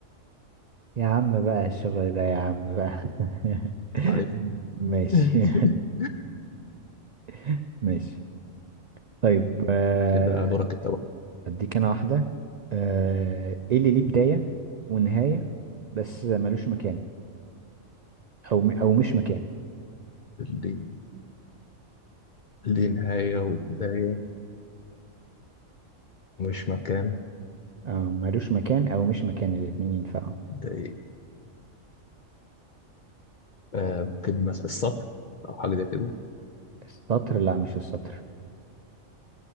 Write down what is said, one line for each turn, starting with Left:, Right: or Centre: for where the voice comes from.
Right: يا عم بقى الشغل ده يا عم بقى <laughs>
Left: عارف
Right: ماشي
Left: <laughs>
Right: <laughs> ماشي طيب آه
Left: كده دورك انت بقى
Right: اديك انا واحدة آه ايه اللي ليه بداية ونهاية بس ملوش مكان او او مش مكان
Left: ليه ليه نهاية وبداية ومش مكان
Right: او ملوش مكان او مش مكان الاتنين ينفعوا
Left: ده آه ممكن مثلا السطر أو حاجة زي كده
Right: السطر لا مش السطر